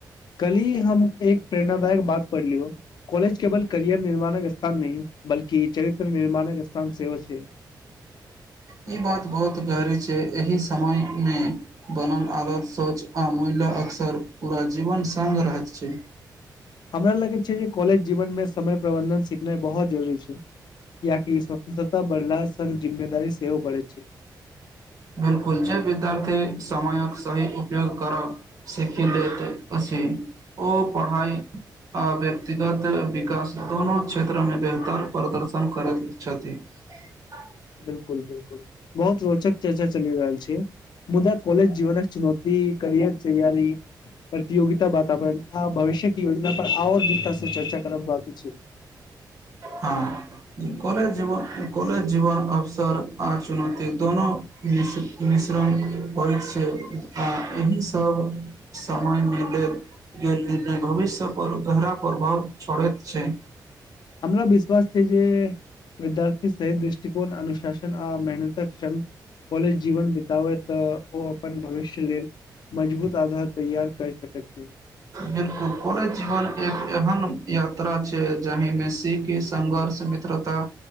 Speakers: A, on the left; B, on the right.
A: ये हम एक प्रेरणाादायक बात पढ़लियौ कॉलेज केवल करियर निर्माणक स्थान नहि बल्कि कि चरित्र निर्माणक स्थान सेवा श्री
B: ई बात बहुत गहरी छै एहि समय मे बनल आदत सोच आमूल्य ल अक्सर पूरा जीवन संग रहैत छै
A: हमरा लगै छै जे कॉलेज जीवन मे समय प्रबन्धन सिखनाइ बहुत जरूरी छै कियाकि स्वतंत्रता बढ़ला संग जिम्मेदारी सेहो बढ़य छै
B: बिलकुल जे विद्यार्थी समयक सभी उपयोग करब सीखि ल त असी ओ पढ़ाई आ व्यक्तिगत विकास दोनो क्षेत्रमे बेहतर प्रदर्शन करैत छथि ह
A: बिलकुल बिलकुल बहुत रोचक चर्चा चलि रहल छै मुदा कॉलेज जीवनक चुनौती कि करियर तैयारी प्रतियोगता वातावरण आ भविष्य कि योजना पर आओर तस शिव चर्चा करब बाकी छै
B: हँ कॉलेज जीवन कॉलेज जीवन अवसर आ चुनौती दोनो होइत छै आ एहि सभ समय मे लेल गेल भविष्य पर गहरा प्रभाव छोड़ेत छै
A: हमरा विश्वास छै जे विद्यार्थी सहित दृष्टिकोन अनुशासन अ मेहनतक संग कॉलेज जीवन बितबै तऽ ओ अपन भविष्य लेल मजबूत आधार तैयार कर सकैत छै
B: बिल्कुल कॉलेज जीवन एक एहन यात्रा छै जाहिमे सीखी संघर्ष मित्रता